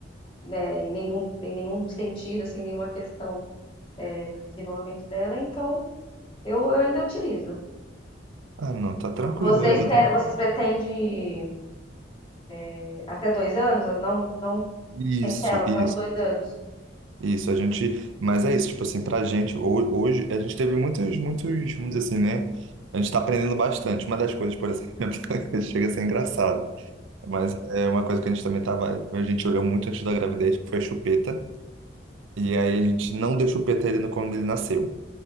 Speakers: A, on the left (about 25°); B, on the right (about 75°).
A: né, em nenhum, em nenhum sentido, assim, nenhuma questão, é, do desenvolvimento dela, então eu, eu ainda utilizo.
B: Ah, não, tá tranquilo,
A: Vocês
B: é exatamente.
A: querem, vocês pretendem é, até dois anos? Não, não
B: Isso,
A: sem tela, até
B: isso,
A: uns dois anos.
B: isso. A gente, mas é isso, tipo assim, pra gente, ho- hoje, a gente teve muitos, muitos, vamos dizer assim, né? A gente tá aprendendo bastante. Uma das coisas, por exemplo, <laughs> chega a ser engraçado, mas é uma coisa que a gente também tava, a gente olhou muito antes da gravidez, que foi a chupeta. E aí a gente não deu chupeta a ele no- quando ele nasceu.